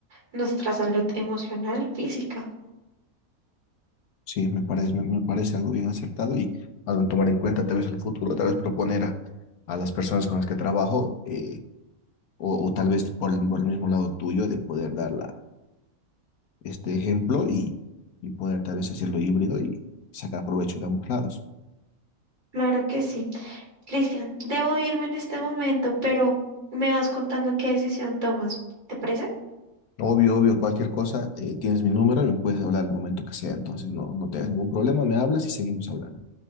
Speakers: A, on the right (about 70°); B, on the left (about 75°).
A: nuestra salud emocional y física.
B: Sí, me parece, me, me parece algo bien acertado y algo en tomar en cuenta, tal vez el futuro, tal vez proponer a, a las personas con las que trabajo, eh, o, o tal vez por el, por el mismo lado tuyo, de poder dar la- este ejemplo y, y poder tal vez hacerlo híbrido y sacar provecho de ambos lados.
A: Claro que sí. Cristian, debo irme en este momento, pero me vas contando qué decisión tomas. ¿Te parece?
B: Obvio, obvio, cualquier cosa, eh, tienes mi número y me puedes hablar el momento que sea, entonces no, no tengas ningún problema, me hablas y seguimos hablando.